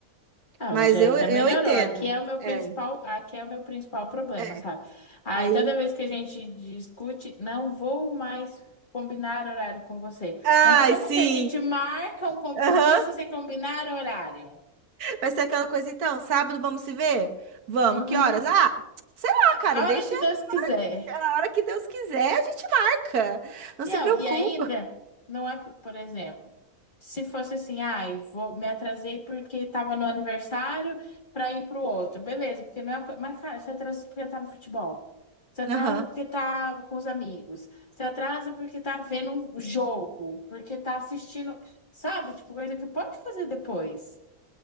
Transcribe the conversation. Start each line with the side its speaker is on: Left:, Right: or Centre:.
Left: Ah,
Right: Mas
Left: mas já,
Right: eu,
Left: já
Right: eu
Left: melhorou.
Right: entendo.
Left: Aqui é o meu principal,
Right: É,
Left: aqui é o meu principal problema,
Right: é.
Left: sabe? Aí
Right: Aí.
Left: toda vez que a gente discute, não vou mais combinar horário com você.
Right: Ai,
Left: Mas como
Right: sim!
Left: que a gente marca um compromisso
Right: Aham.
Left: sem combinar horário?
Right: Vai ser aquela coisa, então, sábado vamos se ver? Vamos,
Left: Uhum.
Right: que horas? Ah, sei lá, cara,
Left: A
Right: deixa
Left: hora que Deus quiser.
Right: a hora que Deus quiser, a gente marca. Não
Left: e
Right: se
Left: eu
Right: preocupa.
Left: e ainda, não é, por por exemplo, se fosse assim, ai, vou, me atrasei porque tava no aniversário pra ir pro outro. Beleza, porque não é. co- Mas, cara, você atrasa porque tá no futebol. Você atrasa
Right: Aham.
Left: porque tá com os amigos. Você atrasa porque tá vendo um jogo. Porque tá assistindo. Sabe? Tipo, coisa que pode fazer depois.